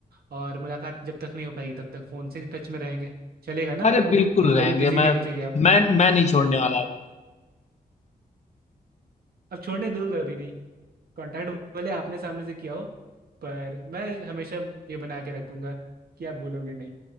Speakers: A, on the right; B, on the left.
A: और मुलाकात जब तक नहीं हो पाएगी तब तक फोन से टच में रहेंगे चलेगा ना
B: अरे
A: आपको
B: बिल्कुल
A: इतना
B: रहेंगे
A: भी बिजी
B: मैं
A: नहीं होने चाहिए आप
B: मैं मैं नहीं छोड़ने वाला आपको।
A: अब छोड़ने दूंगा अभी नहीं कांटेक्ट भले आपने सामने से किया हो पर मैं हमेशा ये बना के रखूंगा कि आप भूलोगे नहीं